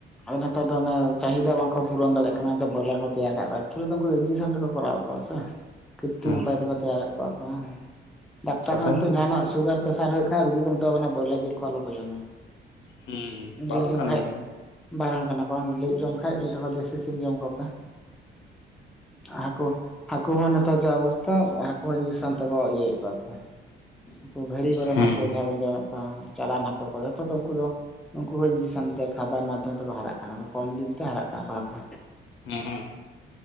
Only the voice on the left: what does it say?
ᱦᱮᱸ
ᱠᱟᱛᱷᱟ
ᱫᱚ
ᱦᱮᱸ ᱵᱟᱨᱚᱱ
ᱠᱟᱱ
ᱜᱮᱭᱟ ᱠᱚ
ᱦᱮᱸ
ᱦᱮᱸ
ᱦᱮᱸ